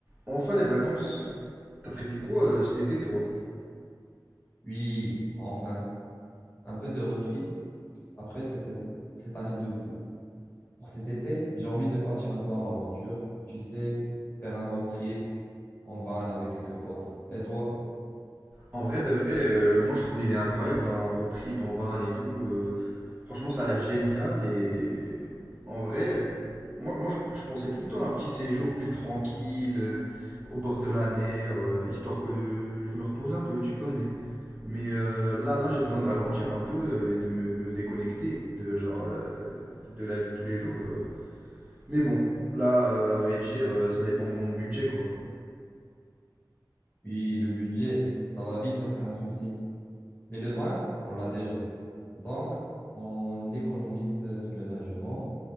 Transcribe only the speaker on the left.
Oui, enfin, un peu de repris après cette, cette année de fou. Pour cet été, j'ai envie de partir un peu à l'aventure. Tu sais, faire un road trip en van avec quelques potes. Et toi?
Oui, le budget, ça va vite être un souci. Mais le van, on l'a déjà. Donc, on économise sur l'hébergement.